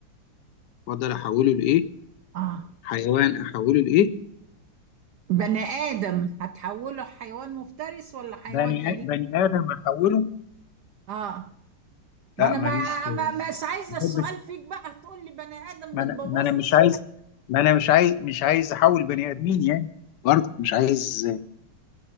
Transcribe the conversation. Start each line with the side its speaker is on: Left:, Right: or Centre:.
Left: افضل احوله لايه
Right: اه
Left: حيوان احوله لايه
Right: بني آدم هتحوله حيوان مفترس ولا حيوان
Left: بني
Right: أليف
Left: آ- بني آدم أحوله
Right: اه ما
Left: لا
Right: انا
Left: ماليش
Right: ما
Left: في
Right: ما مش عايزه
Left: ما
Right: السؤال
Left: بحبش
Right: فيك بقى هتقول لي بني ادم
Left: ما
Right: بتبوظ
Left: أنا ما أنا مش
Right: لي السؤال
Left: عايز ما أنا مش عايز مش عايز أحول بني آدمين يعني برضك مش عايز